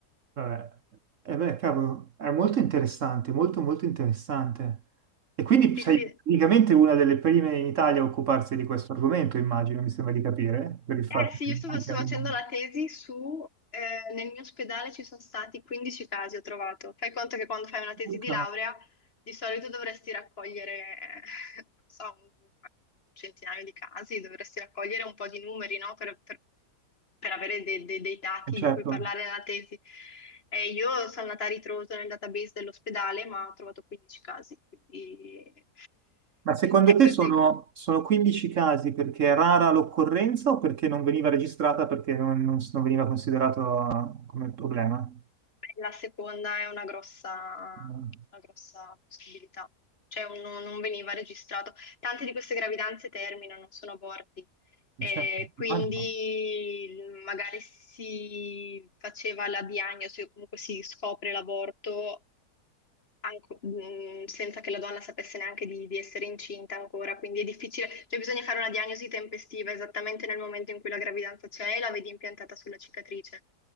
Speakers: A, on the right; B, on the left.
A: Vabbè. Eh beh, cavolo, è molto interessante, molto molto interessante. E quindi
B: Sì,
A: sei
B: sì.
A: praticamente una delle prime in Italia a occuparsi di questo argomento, immagino, mi sembra di capire, per il fatto
B: Eh sì,
A: che
B: io sto,
A: anche
B: sto
A: al
B: facendo
A: mondo.
B: la tesi su, eh, nel mio ospedale ci sono stati 15 casi, ho trovato. Fai conto che quando fai una tesi
A: Ok.
B: di laurea di solito dovresti raccogliere, eh, <laughs> non so, un centinaio di casi, dovresti raccogliere un po' di numeri, no? Per, per- per avere dei, dei- dei dati
A: Eh, Certo.
B: di cui parlare nella tesi. E io sono andata a ritroso nel database dell'ospedale, ma ho trovato 15 casi, quindi
A: Ma secondo
B: è
A: te
B: così.
A: sono, sono 15 casi perché è rara l'occorrenza o perché non veniva registrata perché non, non- non veniva considerato eh, come problema?
B: La seconda è una grossa,
A: No.
B: una grossa possibilità, cioè un- non veniva registrato. Tante di queste gravidanze terminano, non sono aborti, Eh,
A: Certo,
B: quindi
A: immagino.
B: magari si faceva la diagnosi o comunque si scopre l'aborto anco- mh, senza che la donna sapesse neanche di, di essere incinta ancora, quindi è difficile, cioè bisogna fare una diagnosi tempestiva esattamente nel momento in cui la gravidanza c'è e la vedi impiantata sulla cicatrice.